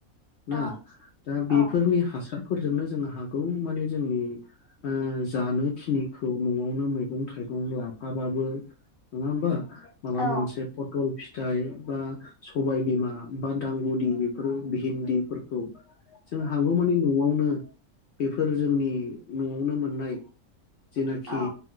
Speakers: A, on the left (about 65°); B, on the right (about 50°).
A: ना
B: औ
A: दा
B: औ
A: बेफोरनि हासारफोरजोंनो जों हागौ माने जोंनि ओ जानो खिनिखौ न'आवनो मैगं -थाइगं लाफाबाबो नङा होमबा माबा
B: औ
A: मोनसे फटल फिथाइ बा सबाय बिमा बा दांगुदि बेफोर भगहिन्दिफोरखौ जों हागौमानि न'आवनो बेफोर जोंनि न'आवनो मोननाय जेनाखि
B: औ